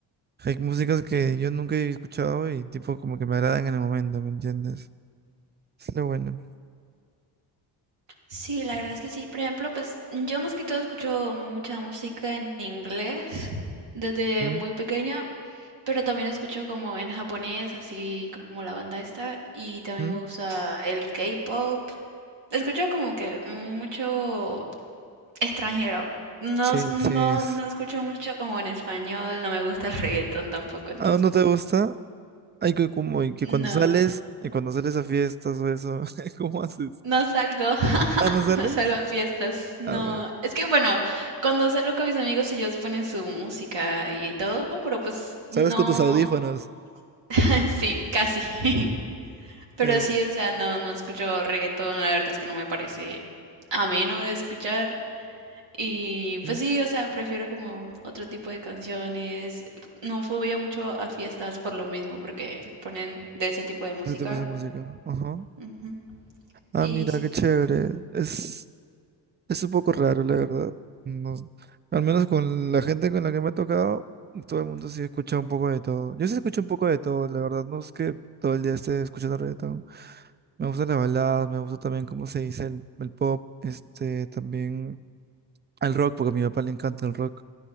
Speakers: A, on the right; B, on the right.
A: hay músicas que yo nunca he escuchado y tipo como que me agradan en el momento, ¿me entiendes? Es lo bueno.
B: Sí, la verdad es que sí. Por ejemplo, pues yo más que todo escucho mucha música en inglés desde
A: ¿Mm?
B: muy pequeña Pero también escucho como en japonés, así como la banda esta, y también
A: ¿Mm?
B: me gusta el K-pop. Escucho como que mucho extranjero. No,
A: Sí,
B: s- no,
A: sí es.
B: no escucho mucho como en español, no me gusta el reggaetón tampoco, entonces
A: ¿Ah, no te gusta? Hay que como y que
B: no,
A: cuando sales y cuando sales a fiestas o eso, <laughs> ¿cómo haces?
B: no salgo, <laughs>
A: ¿Ah, no sales?
B: no salgo a fiestas, no.
A: Ah, bueno.
B: Es que bueno, cuando salgo con mis amigos ellos ponen su música y todo, pero pues no,
A: Sales con tus audífonos.
B: <laughs> sí, casi. <laughs> Pero
A: Eh, bueno.
B: sí, o sea, no, no escucho reggaetón, la verdad es que no me parece ameno de escuchar. Y
A: ¿Mm?
B: pues sí, o sea, prefiero como otro tipo de canciones. No fui a mucho a fiestas por lo mismo, porque ponen de ese tipo de música.
A: Ese tipo de música. Ajá.
B: Ujú.
A: Ah,
B: Y
A: mira,
B: sí.
A: qué chévere. Es Es un poco raro, la verdad. No- al menos con la gente con la que me ha tocado, todo el mundo sí escucha un poco de todo. Yo sí escucho un poco de todo, la verdad. No es que todo el día esté escuchando reggaetón. Me gustan las baladas, me gusta también cómo se dice el, el pop, este, también el rock, porque a mi papá le encanta el rock.